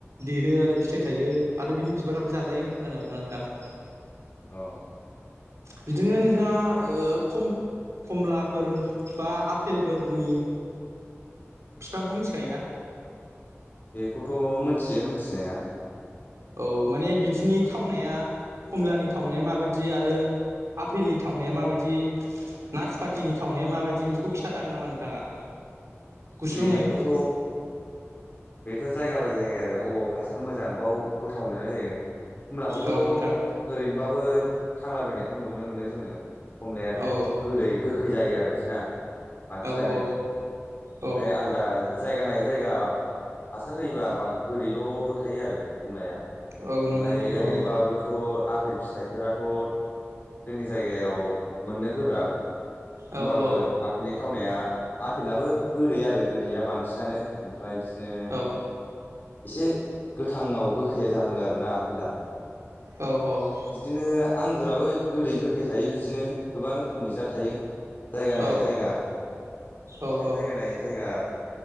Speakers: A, on the right; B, on the left.
A: देरो आरो फिथाइ थायो आरो बिनि बिबाराबो जाजायो होननाय खोनानो आरोना आ नोंथां।
B: अ
A: बिदिनो नोंथाङा ओ खम-खमला फोर बा आफेलफोरनि बिफांखौ मिथि
B: बेखौथ' मोनथियो मिथिनाया
A: औ माने बिदिनि थावनाया कमलानि थावनाया माबायदि आरो आफेलनि थावनाया
B: औ
A: माबायदि नासपातिनि थावनाया माबायदि बेखौ खिन्थानो हागोन नामा नोंथाङा? गुसुङै
B: बेखौथ' बेथ' जायगा बाय जायगा आरो अबाव हासार मोजां बाव गोथाव मोनजानाय जायो। खमलाखौथ'
A: औ नोंथां
B: ओरैनोबाबो थांलाबायनायखौ नुनो मोनो जोङो खमलायाथ'
A: औ
B: गोदै गोखै जायो आरोखि ना बांसिनानो
A: औ औ
B: ओमफ्राय
A: औ
B: आलदा जायगा नायै जायगा हासार होयोबा गोदैल'बो थायो आरो खमलाया
A: औ
B: ओमफाय
A: नंगौ नोंथां
B: ओरैनोबाबोथ'
A: औ
B: आ पेल फिथाइफोराथ' जोंनि जायगायाव मोननो गोब्राब होमबाबो
A: औ औ
B: आफेलनि थावनाया आफेेलाबो गोदै आरो गोदैया बांसिनानो ओमफ्राय बिदिनो
A: औ
B: एसे गोथाङाव गोखैया जाहोङो आरोना आफेला
A: औ औ
B: बिदिनो आंगुराबो गोदै गोखै थायो बिदिनो गोबां रोखोमनि जाद थायो। जायगा
A: औ
B: नायै जायगा बिदिनो
A: औ औ
B: जायगा नायै जायगा